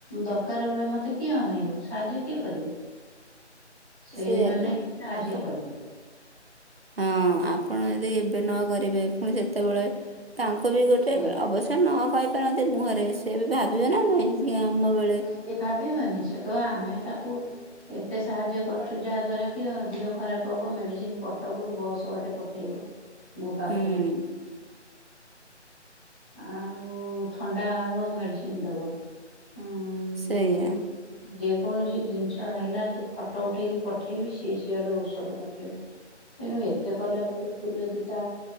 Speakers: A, in the centre; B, on the right.
A: ଦରକାର ବେଳେ ମତେ କିଏ ଅନେଇବ ସାହାଯ୍ୟ କିଏ କରିବ। ସେଇମାନେ
B: ସେଇଆ ତ
A: ହିଁ ସାହାଯ୍ୟ
B: ଆପଣ
A: କରିବେ।
B: ହଁ ଆପଣ ଯଦି ଏବେ ନ କରିବେ ପୁଣି ସେତେବେଳେ ତାଙ୍କୁ ବି ଗୋଟେ
A: ସେଇଆ
B: ଅବସ୍ୟ ନ କହି ପାରନ୍ତି ମୁହଁରେ ସେ ବି ଭାବିବେ ନା ନାଇଁ। ଆଜ୍ଞା ଆମ ବେଳେ
A: ସେ ଭାବିବନି ସେକ ଆମେ ତାକୁ ଏତେ ସାହାଯ୍ୟ କରୁଛୁ ଯାହା ଦ୍ଵାରା କି ଦିହ ଖରାପ ହବ ମେଡିସିନ କଟକରୁୁ ବସ ବାଟେ ପଠ ମୋ ପାଖକୁ
B: ହୁଁ
A: ଆଉ ଥଣ୍ଡା ହବ ମେଡିସିନ ଦବ। ଉଁ
B: ସେଇଆ।
A: ଯେକୌଣସି ଜିନିଷ ହେଲା ତୁ ଫଟୋ ଉଠେଇକି ପଠେଇବି ସିଏ ସିଆଡୁ ଔଷଧ ପଠେଇବ। ତେଣୁ ଏତେ କଲା ପରେ ତୁ ଯଦି ତା